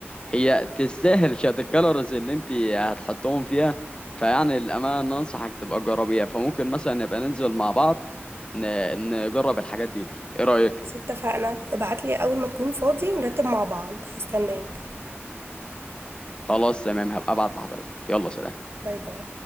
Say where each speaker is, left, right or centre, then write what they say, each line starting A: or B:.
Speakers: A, on the left (about 20°); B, on the right (about 60°).
A: هي تستاهل <laughs> شويه الكالوريز اللي انت هتحطهم فيها فيعني للامانه انصحك تبقى جربيها فممكن مثلا نبقى ننزل مع بعض ن- نجرب الحاجات دي دي ايه رايك
B: بس اتفقنا ابعتلي اول ما تكون فاضي ونرتب مع بعض هستناك
A: خلاص تمام هبقى ابعت لحضرتك يلا سلام
B: باي باي